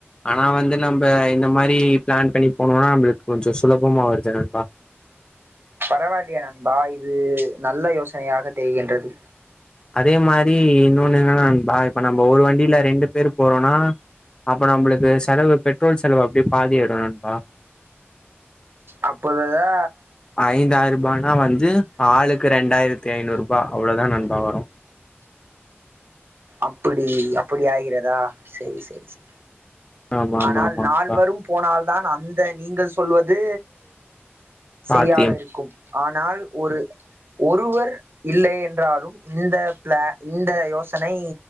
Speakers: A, on the left; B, on the right.
A: ஆனா வந்து நம்ப இந்த மாரி பிளான் பண்ணி போனோம்னா நம்மளுக்கு கொஞ்சோ சுலபமா வருது நண்பா
B: பரவால்லயே நண்பா இது நல்ல யோசனையாக தெரிகின்றது
A: அதே மாரி இன்னொன்னு என்னன்னா நண்பா இப்ப நம்ப ஒரு வண்டியில ரெண்டு பேரு போறோன்னா அப்ப நம்பளுக்கு செலவு பெட்ரோல் செலவு அப்டியே பாதியாயிடும் நண்பா
B: அப்போது தா
A: ஐந்தாயிரூபானா வந்து ஆளுக்கு ரெண்டாயிரத்தி ஐநூறு ரூபா அவ்ளோதா நண்பா வரு
B: அப்படி அப்படி ஆகிறதா செரி செரி செ
A: ஆமா ஆமா
B: ஆனால்
A: ஆமா
B: நால்வரும்
A: நண்பா
B: போனால்தான் அந்த நீங்கள் சொல்வது
A: சாத்தியம்
B: செரியாக இருக்கும் ஆனால் ஒரு ஒருவர் இல்லை என்றாலும் இந்த பிள இந்த யோச தனை